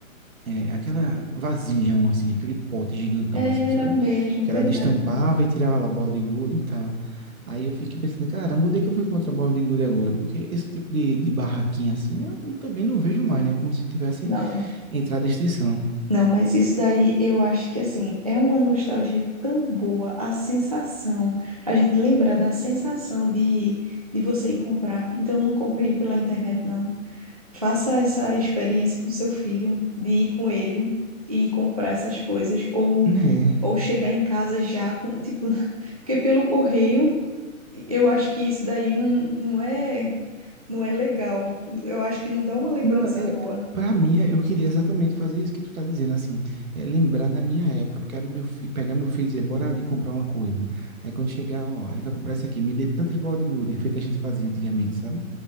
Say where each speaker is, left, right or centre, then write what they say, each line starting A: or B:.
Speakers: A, on the right (about 75°); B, on the right (about 30°).
A: é, aquela vasilhão, assim, aquele pote gigantão,
B: Era
A: assim, sabe?
B: mesmo,
A: Que
B: verdade.
A: ela destampava e tirava lá a bola de gude e tal. Aí eu fiquei pensando, caramba, onde é que eu vou encontrar a bola de gude agora? Porque esse tipo de, de barraquinha, assim, eu não- também não vejo mais, né? Como se tivesse
B: Não,
A: entrado em extinção.
B: não, mas isso daí eu acho que assim é uma nostalgia tão boa, a sensação, a gente lembrar da sensação de, de você ir comprar. Então não compre pela internet, não. Faça essa experiência com seu filho, de ir com ele e comprar essas coisas, ou,
A: Né?
B: ou chegar em casa já com, tipo, <laughs> porque pelo correio eu acho que isso daí não, não é, não é legal. Eu acho que não dá uma lembrança
A: Não, é...
B: boa.
A: Pra mim, é, eu queria exatamente fazer isso que tu tá dizendo, assim, é lembrar da minha época, porque meu fi- pegar meu filho e dizer, bora ali comprar uma coisa. Aí quando chegar, ó, a gente vai comprar isso aqui, me dê tantas bolas de gude, feito a gente fazia antigamente, sabe?